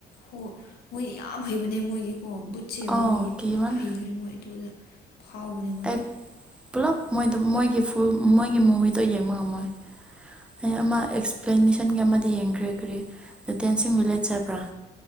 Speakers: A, on the left; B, in the centre.
A: ꯍꯣ ꯃꯣꯏꯗꯤ ꯌꯥꯝ ꯍꯩꯕꯅꯦ ꯃꯣꯏꯗꯤꯀꯣ ꯕꯨꯠꯁꯦ
B: ꯑꯧ
A: ꯃꯣꯏꯒꯤꯗꯤ
B: ꯀꯤꯃꯟꯅ
A: ꯄꯨꯔꯥ ꯍꯩꯈ ꯃꯣꯏ ꯑꯗꯨꯗ ꯐꯥꯎꯕꯅꯦ ꯃꯣꯏꯗꯤ
B: ꯑꯩ ꯄꯨꯂꯞ ꯃꯣꯏꯗ‌ꯣ ꯃꯣꯏꯒꯤ ꯐꯨꯜ ꯃꯣꯏꯒꯤ ꯃꯨꯚꯤꯗꯣ ꯌꯦꯡꯕ ꯉꯝꯃꯣꯏ ꯑꯩ ꯑꯃ ꯑꯦꯛꯁꯄ꯭ꯂꯦꯅꯦꯁꯟꯒꯤ ꯑꯃꯗꯤ ꯌꯦꯡꯈ꯭ꯔꯦ ꯀꯔꯤ ꯗꯥ ꯗꯦꯟꯁꯤꯡ ꯚꯤꯂꯦꯖ ꯆꯠꯕ꯭ꯔꯥ